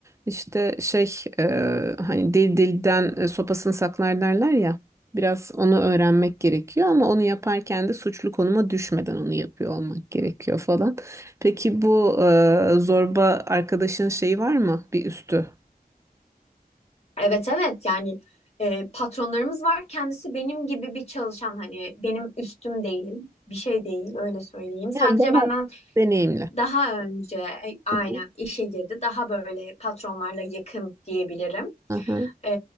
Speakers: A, on the right; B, on the left.
A: işte şey e, hani dil dilden e, sopasını saklar derler ya. Biraz onu öğrenmek gerekiyor ama onu yaparken de suçlu konuma düşmeden onu yapıyor olmak gerekiyor falan. Peki bu e, zorba arkadaşın şeyi var mı? Bir üstü.
B: Evet evet yani e, patronlarımız var. Kendisi benim gibi bir çalışan hani benim üstüm değil. Bir şey değil öyle söyleyeyim. Sadece
A: Yani daha
B: benden
A: deneyimli.
B: daha önce e, aynen
A: Hı hı.
B: işe girdi. Daha böyle patronlarla yakın diyebilirim.
A: Hı hı.
B: E,